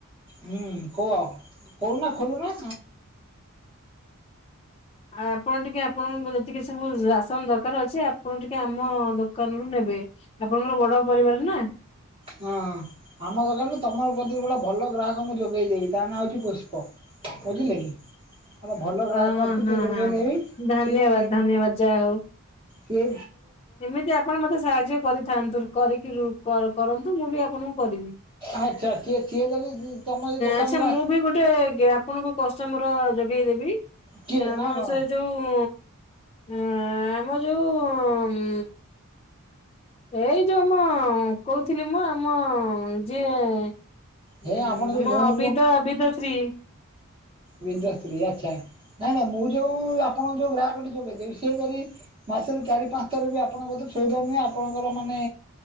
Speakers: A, on the right; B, on the left.
A: ହୁଁ କୁହ କହୁନା ଖୋଲୁନା
B: ଆ ଆପଣ ଟିକେ ଆପଣଙ୍କ ଯେତିକି ସବୁ ରାସନ ଦରକାର ଅଛି ଆପଣ ଟିକେ ଆମ ଦୋକାନରୁୁ ନେବେ। ଆପଣଙ୍କର ବଡ ପରିବାର ନା।
A: ହଁ ଆମ ଦୋକାନରୁ ତମ ପ୍ରତିରୁ ଗୋଟେ ଭଲ ଗ୍ରାହକ ମୁଁ ଯୋଗାଇ ଦେବି ତା ନାଁ ହେଉଛି ପୁଷ୍ପ। ବୁଝିଲେ କି? ଆମ ଭଲ ଗ୍ରାହକ
B: ହଁ
A: ଅଛି ଟିକେ
B: ହଁ
A: ଯୋଗେଇ
B: ହଁ।
A: ଦେବି
B: ଧନ୍ୟବାଦ
A: କିଏ
B: ଧନ୍ୟବାଦ ଯାହା ହଉ
A: କିଏ
B: ଏମିତି ଆପଣ ମତେ ସାହାଯ୍ୟ କରିଥାନ୍ତୁ କରିକି ର ପରେ କରନ୍ତୁ ମୁଁ ବି ଆପଣଙ୍କୁ କରିବି।
A: ଆଚ୍ଛା ସିଏ ସିଏ ଯଦି ତମ ଯଦି ଦୋକାନକୁ
B: ଆଛା ମୁଁ
A: ଆସ
B: ବି ଗୋଟେ ଆପଣଙ୍କ କଷ୍ଟମର ଯୋଗେଇଦବି
A: କିଏ
B: ଆମ
A: ନା କଣ
B: ସେ ଯୋଉ ଆଁ ଆମ ଯୋଉ ହୁଁ ଏଇ ଯୋଉ ମ କହୁଥିଲି ମୁଁ ଆମ ଯିଏ ହୁଁ
A: ହେ ଆପଣ ଯୋଉ
B: ଆମ
A: ଗୁଁ
B: ବିଦା ବିଦଶ୍ରୀ
A: ବିନ୍ଦଶ୍ରୀ ଆଚ୍ଛା ନାଇଁ ନାଇଁ ମୁଁ ଯୋଉ ଆପଣଙ୍କୁ ଯୋଉ ଗ୍ରାହକ ଟି ଯୋଗେଇଦେବି ସେ ଯଦି ମାସରେ ଚାରି ପାଞ୍ଚ ଥର ବି ଆପଣଙ୍କ କତିରୁ ସଉଦା ନିଏ ଆପଣଙ୍କର ମାନେ